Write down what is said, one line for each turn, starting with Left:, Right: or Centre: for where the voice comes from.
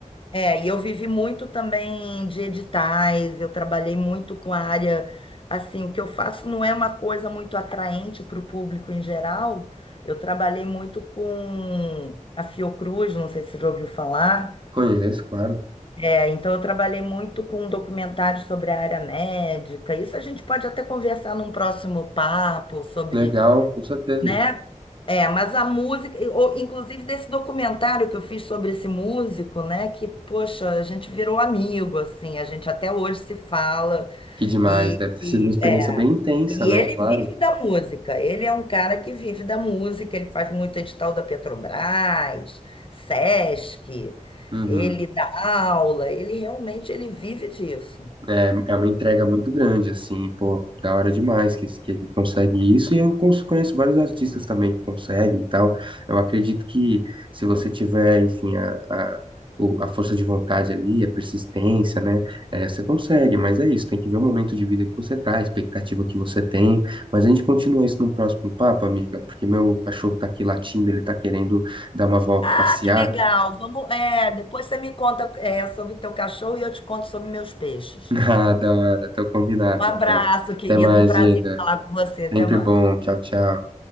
Left: é, e eu vivi muito também de editais, eu trabalhei muito com a área. Assim, o que eu faço não é uma coisa muito atraente para o público em geral. Eu trabalhei muito com a Fiocruz, não sei se você já ouviu falar.
Right: Conheço, claro.
Left: É, então, eu trabalhei muito com documentários sobre a área médica. Isso a gente pode até conversar num próximo papo sobre
Right: Legal, com certeza.
Left: né? É, mas a música, e- ou, inclusive desse documentário que eu fiz sobre esse músico, né? Que, poxa, a gente virou amigo, assim, a gente até hoje se fala.
Right: Que demais,
Left: E,
Right: deve ter sido uma experiência
Left: é,
Right: bem intensa,
Left: e
Right: né?
Left: ele
Right: Claro.
Left: vive da música, ele é um cara que vive da música, ele faz muito edital da Petrobras, Sesc,
Right: Uhum.
Left: ele dá aula, ele realmente ele vive disso.
Right: É, é uma entrega muito grande, assim, pô, da hora demais que, esse- que ele consegue isso, e eu cons- conheço vários artistas também que conseguem e tal. Eu acredito que se você tiver, enfim, a, a, o- a força de vontade ali, a persistência, né, é, você consegue, mas é isso, tem que ver o momento de vida que você tá, a expectativa que você tem, mas a gente continua isso no próximo papo, amiga, porque meu cachorro tá aqui latindo, ele tá querendo dar uma volta, passear.
Left: Ah, que legal! Vamos, é, depois você me conta, é, sobre o teu cachorro e eu te conto sobre meus peixes.
Right: <laughs> Ah, da hora, tá combinado,
Left: Um abraço,
Right: então.
Left: querido.
Right: Até mais,
Left: Um prazer
Right: Diego.
Left: falar com você. Até
Right: Sempre
Left: mais.
Right: bom. Tchau, tchau.